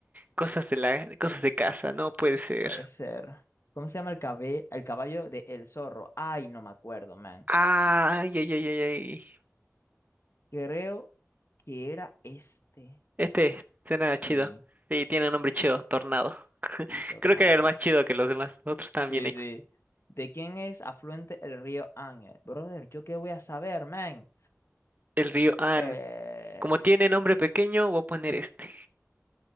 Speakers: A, on the right; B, on the left.
A: cosas de la... cosas de casa, no puede ser.
B: Puede ser. ¿Cómo se llama el, cabe- el caballo de El Zorro? Ay, no me acuerdo, man.
A: Ay, ay, ay, ay, ay.
B: Creo que era este.
A: Este suena
B: Sí.
A: chido. Sí, tiene un nombre chido, Tornado.
B: Sí, tornado.
A: Creo que era el más chido que los demás, los otros están
B: Sí,
A: bien hechos.
B: sí. ¿De quién es afluente el río Ángel? Brother, ¿yo qué voy a saber, man?
A: El río Han.
B: Eh,
A: Como tiene nombre pequeño, voy a poner este.